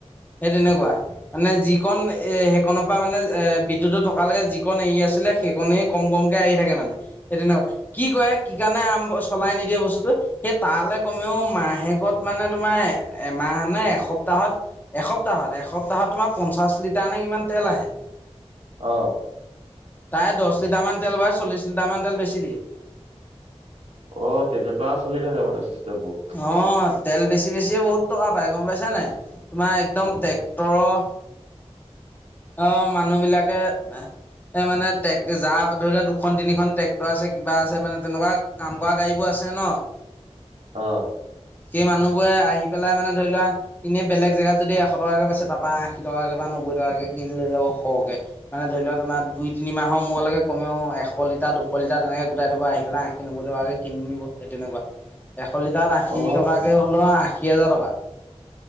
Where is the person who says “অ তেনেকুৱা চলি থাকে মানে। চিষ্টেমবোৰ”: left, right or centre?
Right